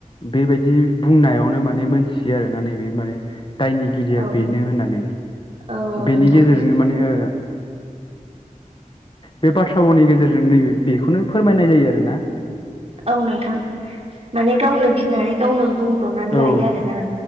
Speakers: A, on the left; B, on the right.
A: बेबायदि बुंनायावनो माने मोनथियो आरोना नैबे माने दायनिगिरिया
B: औ
A: बेनो होननानै।
B: औ औ
A: बेनि
B: नोंथां
A: गेजेरजोंनो माने ओ <inaudible> बे बाथ्रानि भावनि गेजेर जों नैबे बेखौनो फोरमायनाय जायो आरोना।
B: औ नोंथां। माने गावनो गिनानै गावनो ब्रनानै लायो
A: औ औ
B: आरोना